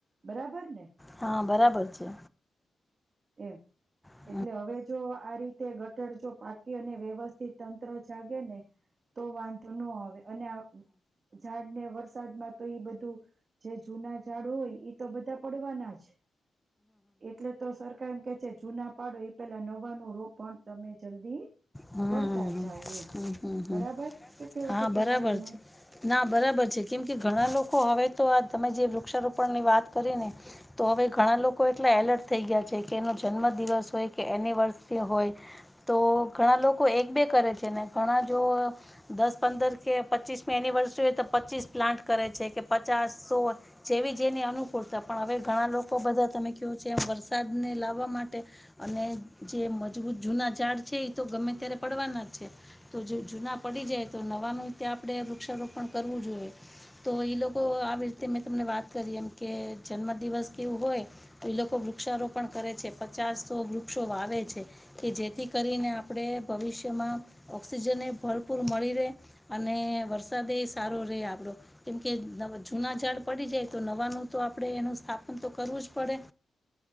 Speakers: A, on the right; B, in the centre.
A: બરાબર ને
B: હા બરાબર છે.
A: એમ
B: હમ. હમ. હમ હમ હમ હમ. હમ હમ હમ હમ.
A: એટલે હવે જો આ રીતે ગઠર જો પાક વ્યવસ્થિત તંત્ર જાગે ને તો વાંધો ન આવે અને ઝાડ ને વરસાદ માં તો એઈ બધું જે જૂના ઝાડ હોય. તો બધા પડવાના જ એટલે તો સરકાર એ કે છે જૂના પાડો એ પેલા નવા ન રો પણ તમે જલ્દી
B: હમ
A: કરતા જાવ એમ
B: હમ હમ હમ
A: બરાબર શું કેવું
B: હા
A: છે તમારું
B: બરાબર
A: એમાં
B: છે. ના બરાબર છે કેમ કે ઘણા લોકો હવે તો આ તમે જે વૃક્ષારોપણની વાત કરી ને તો હવે ઘણા લોકો એટલા એલર્ટ થઈ ગયા છે કે એનો જન્મદિવસ હોય કે એનિવર્સરી હોય. તો ઘણા લોકો એક બે કરે છે ને ઘણા જો દસ પંદર કે પચ્ચીસમી એનિવર્સરી હોય તો પચીસ પ્લાન્ટ કરે છે કે પચાસો જેવી જેની અનુકૂળતા પણ હવે ઘણા લોકો બધા તમે કેવું છે એમ વરસાદને લાવવા માટે અને જે મજબૂત જૂના ઝાડ છે એ તો ગમે ત્યારે પડવાના જ છે. તો જો જૂના પડી જાય તો નવાનું તે આપણે વૃક્ષારોપણ કરવું જોઈએ. તો એ લોકો આવી રીતે મેં તમને વાત કરી એમ કે જન્મદિવસ કેવું હોય. એ લોકો વૃક્ષારોપણ કરે છે, પચાસો વૃક્ષો વાવે છે કે જેથી કરીને આપણે ભવિષ્યમાં ઓક્સિજનને ભરપૂર મળી રહે. અને વરસાદ એ સારો રે આપડો કેમકે જુના ઝાડ પડી જાય તો નવાનું તો આપણેે એનું સ્થાપન તો કરવું જ પડે.